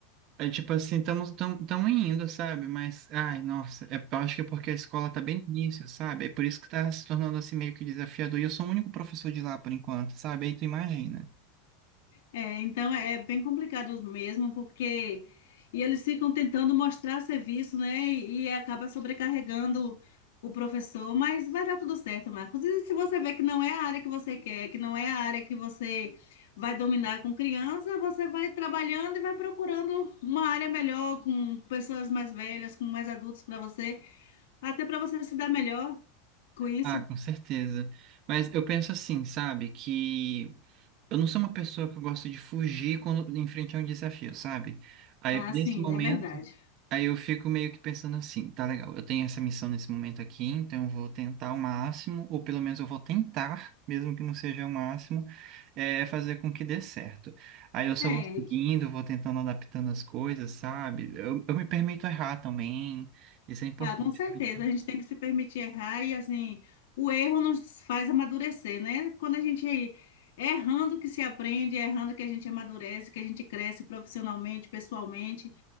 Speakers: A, on the right; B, on the left.
A: É tipo assim, estamos tão, tão indo, sabe? Mas, ai, nossa, é, eu acho que é porque a escola tá bem no início, sabe? É por isso que tá se tornando assim meio que desafiador. E eu sou o único professor de lá por enquanto, sabe? Aí tu imagina.
B: É, então é bem complicado mesmo, porque e eles ficam tentando mostrar serviço, né? E, e acaba sobrecarregando o professor, mas vai dar tudo certo, Marcos. E se você vê que não é a área que você quer, que não é a área que você vai dominar com criança, você vai trabalhando e vai procurando uma área melhor, com pessoas mais velhas, com mais adultos para você, até para você se dar melhor com isso.
A: Ah, com certeza. Mas eu penso assim, sabe? Que eu não sou uma pessoa que eu gosto de fugir quando em frente a um desafio, sabe? Aí,
B: Ah,
A: nesse
B: sim,
A: momento.
B: é verdade.
A: Aí eu fico meio que pensando assim, tá legal, eu tenho essa missão nesse momento aqui, então eu vou tentar ao máximo, ou pelo menos eu vou tentar, mesmo que não seja o máximo, é, fazer com que dê certo. Aí eu só
B: É,
A: vou seguindo, vou tentando adaptando as coisas, sabe? Eu, eu me permito errar também, isso é importante
B: Ah, com certeza,
A: pra gente.
B: a gente tem que se permitir errar e assim, o erro nos faz amadurecer, né? Quando a gente é errando que se aprende, é errando que a gente amadurece, que a gente cresce profissionalmente, pessoalmente.